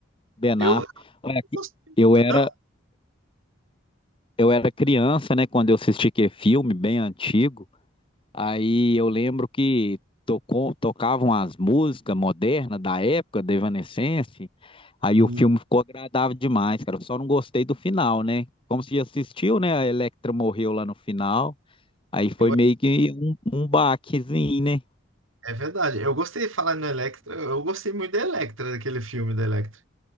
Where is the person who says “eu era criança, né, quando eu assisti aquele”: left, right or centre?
Left